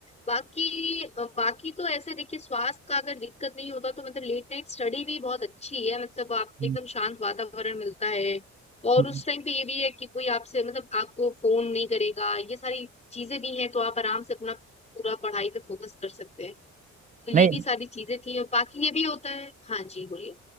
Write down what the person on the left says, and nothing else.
बाकी अ, बाकी तो ऐसे देखिए स्वास्थ्य का अगर दिक्कत नहीं होता तो मतलब लेट नाइट स्टडी भी बहुत अच्छी है मतलब आप
एकदम शांत वातावरण मिलता है और
उस टाइम पे ये भी है कि कोई आपसे मतलब आपको फोन नहीं करेगा ये सारी चीजें भी हैं तो आप आराम से अपना पूरा पढ़ाई पे फोकस कर सकते हैं तो ये
भी सारी चीजें थी और बाकी ये भी होता है हाँ जी बोलिए